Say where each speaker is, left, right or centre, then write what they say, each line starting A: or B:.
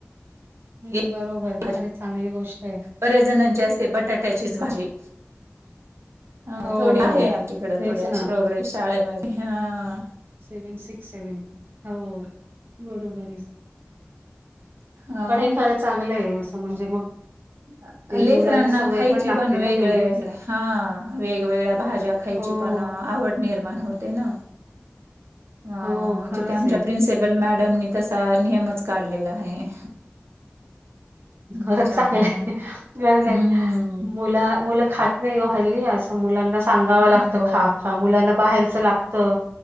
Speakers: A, on the right; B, on the right.
A: हम्
B: एक
A: बरोबर,
B: भाजी
A: खरी चांगली गोष्टय.
B: बऱ्याच जणांची आसते, बटाट्याचीच भाजी. हा
A: हो,
B: थोडी
A: हो.
B: आहे आमच्याकड
A: तेच
B: थोडी अशी
A: ना
B: प्रोग्रेस शाळेमध्ये हा.. आ..
A: सेवेन सिक्स सेवेन. हाव बरोबरे.
B: हा.
A: पण हे खरं चांगलंय. असं म्हणजे मग
B: हा.
A: ते
B: लेकरांना
A: मुलांना सवय
B: खायची
A: लागते
B: पण, वेगळ्या
A: ना तेवढीच.
B: वेगळ्या हा वेगवेगळ्या भाज्या खायची
A: हो,
B: पण आवड निर्माण होते न. हा.. आ
A: हो
B: म्हणजे
A: खरंच
B: त्या आमच्या
A: आहे.
B: प्रिन्सिपल मॅडमनी तसा नियमच काढलेला आहे.
A: खरच
B: त्याच्यामुळे
A: चांगलंय,
B: मग
A: गरज आहे.
B: हम्म.
A: मुला मुलं खात नाही ओ हल्ली असं मुलांना सांगावं
B: अ,
A: लागत
B: हो,
A: खा खा मुलांना बाहेरच लागत.